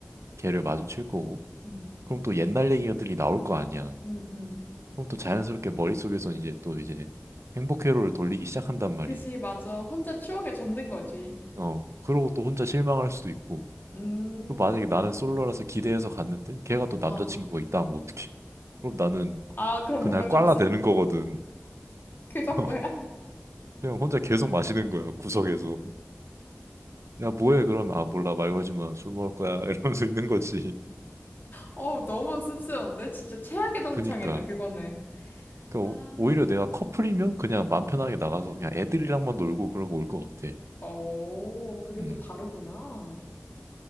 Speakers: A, on the right (about 80°); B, on the left (about 45°).
A: 걔를 마주칠 거고
B: 응,
A: 그럼 또 옛날 얘기들이 나올 거 아니야.
B: 응, 응.
A: 그럼 또 자연스럽게 머릿속에선 이제 또 이제 행복 회로를 돌리기 시작한단 말이야.
B: 그지, 맞아. 혼자 추억에 젖는 거지.
A: 어, 그러고 또 혼자 실망할 수도 있고.
B: 음,
A: 그 만약에 나는 솔로라서 기대해서 갔는데 걔가 또 남자친구가
B: 어.
A: 있다 하면 어떡해? 그럼 나는
B: 아, 그럼
A: 그날
B: 뭔가
A: 꽐라
B: 좀 씁,
A: 되는 거거든.
B: 그 정도야?
A: <laughs>
B: <laughs>
A: 그냥 혼자 계속 마시는 거야, 구석에서. 야, 뭐해? 그러면, 아, 몰라, 말 걸지 마. 술 먹을 거야. <laughs> 이러면서 있는 거지.
B: 어, 너무 씁쓸한데? 진짜 최악의 동창이다,
A: 그니까.
B: 그거는.
A: 그니까,
B: 아,
A: 오- 오히려 내가 커플이면 그냥 맘
B: 음.
A: 편하게 나가서 그냥 애들이랑만 놀고 그러고 올 것 같아.
B: 어, 그게
A: 음.
B: 또 다르구나.